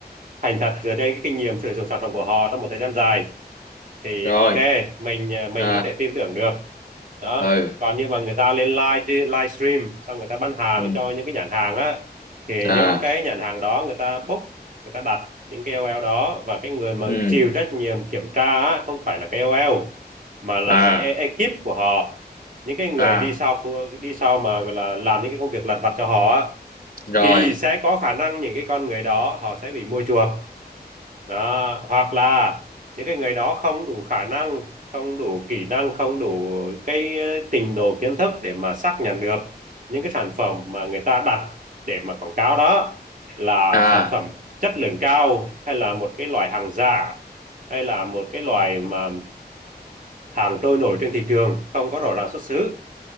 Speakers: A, on the right (about 50°); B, on the left (about 60°).
A: thành thật dựa trên cái kinh nghiệm sử dụng sản phẩm của họ trong một thời gian dài thì
B: rồi
A: ok mình ờ, mình
B: à
A: có thể tin tưởng được đó
B: ừ
A: còn như mà người ta lên live live stream xong người ta bán hàng
B: ừ
A: cho những cái nhãn hàng á thì
B: à
A: những cái nhãn hàng đó người ta book người ta đặt những cái KOL đó và cái người mà
B: ừ
A: chịu trách nhiệm kiểm tra á, không phải là KOL mà là
B: à
A: cái e- ekip của họ những cái người
B: à
A: đi sau phu- đi sau mà gọi là làm những cái công việc lặt vặt cho họ á
B: rồi
A: thì sẽ có khả năng những cái con người đó họ sẽ bị mua chuộc đó hoặc là những cái người đó không đủ khả năng không đủ kỹ năng không đủ cái ờ, trình độ kiến thức để mà xác nhận được những cái sản phẩm mà người ta đặt để mà quảng cáo đó là
B: à
A: sản phẩm chất lượng cao hay là một cái loại hàng giả hay là một cái loại mà hàng trôi nổi trên thị trường không có rõ ràng xuất xứ